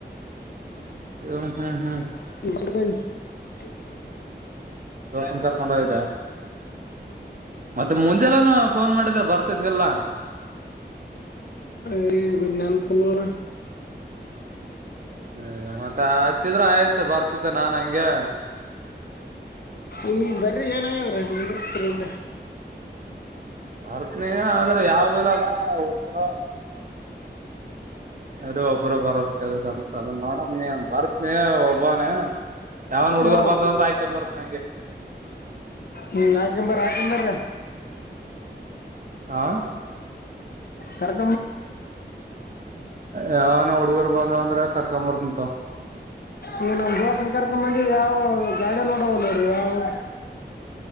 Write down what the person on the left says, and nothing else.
<unintelligible>
ಹೇ ನೆನಪಿಲ್ಲ ನೋಡು
ಈಗ ಬರ್ರಿ ಏನಾಗ್ಯಾದ್ರಿ ನಿಂದ್ರಿಸ್ತೀನಿಲ್ಲೆ
ಹಾ
ಹ್ಮ್ ಆಕಾಂಬರ್ ಆಕಂಬರ್ರಿ
ಕರ್
ಈವ ನಮ್ ದೋಸ್ತನ್ ಕರ್ಕಂಬ ಮಂದಿ ಯಾವ ಗಾಡ ನೋಡವ ನೀ ಯಾವವು.